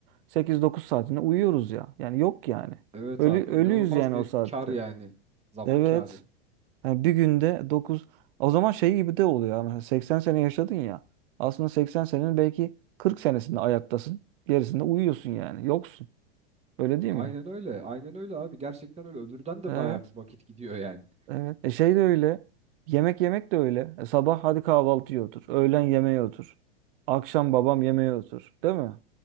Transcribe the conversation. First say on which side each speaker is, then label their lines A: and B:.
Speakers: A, on the right; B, on the right.
A: sekiz dokuz saatinde uyuyoruz ya. Yani yok yani.
B: Evet
A: Ölü
B: abi
A: ölüyüz
B: inanılmaz
A: yani
B: bir
A: o saatte.
B: kar yani. Zaman
A: Evet.
B: karı.
A: Yani bir günde 9 o zaman şey gibi de oluyor ama mesela 80 sene yaşadın ya. Aslında 80 senenin belki 40 senesinde ayaktasın. Gerisinde uyuyorsun yani. Yoksun. Öyle değil
B: Aynen
A: mi?
B: öyle. Aynen öyle abi. Gerçekten öyle. Ömürden de
A: Evet.
B: baya bir vakit gidiyor <laughs> yani.
A: Evet. E şey de öyle. Yemek yemek de öyle. E sabah hadi kahvaltıya otur. Öğlen yemeğe otur. Akşam babam yemeğe otur. Değil mi?